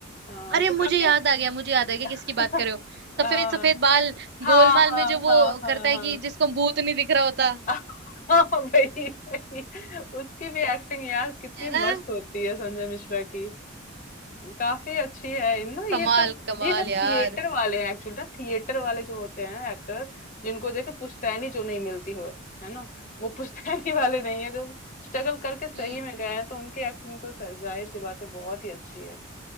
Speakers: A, on the left; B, on the right.
A: हाँ
B: अरे
A: तो
B: मुझे
A: काफी
B: याद आ गया मुझे याद आ गया किसकी
A: <laughs>
B: बात कर रहे हो
A: हाँ
B: सफेद सफेद बाल
A: हाँ
B: गोलमाल
A: हाँ
B: में जो वो
A: हाँ हाँ
B: करता है
A: हाँ
B: कि जिसको भूत नहीं दिख रहा होता
A: <laughs> वही वही उसकी भी एक्टिंग यार कितनी
B: है ना
A: मस्त होती है संजय मिश्रा की काफी अच्छी है ना ये
B: कमाल
A: सब
B: <laughs> कमाल
A: ये सब
B: यार
A: थिएटर वाले हैं एक्चुअली ना थिएटर वाले जो होते हैं एक्टर जिनको देखे पुश्तैनी जो नहीं मिलती हो है ना वो पुश्तैनी <laughs> वाले नहीं है जो स्ट्रगल करके सही
B: हम्म
A: में गए हैं तो उनकी एक्टिंग तो स- जाहिर सी बात है बहुत ही अच्छी है